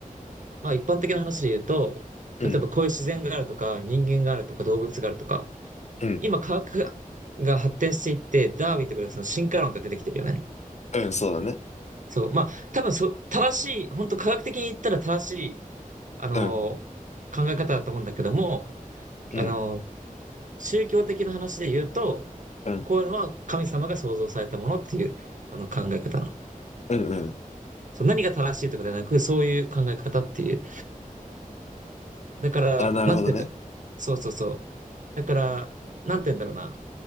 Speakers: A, on the right; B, on the left.
A: まあ、一般的な話で言うと、
B: うん、
A: 例えばこういう自然があるとか、人間があるとか、動物があるとか、
B: うん、
A: 今科学が発展していって、ダーウィンとかでその進化論が出てきてるよね。
B: そうだね。
A: そう。まあ、多分そ、正しい、本当科学的に言ったら正しい、あのー考え方だと思うんだけども、
B: うん、うん、
A: あのー宗教的な話で言うと、
B: うん、
A: こういうのは神様が創造されたものっていう、あの考え方なの。
B: うん、うん。
A: そう、何が正しいとかではなく、そういう考え方っていう。だから、
B: あ、なるほどね。
A: なんて言ったそうそうそう。だから、なんて言うんだろうな。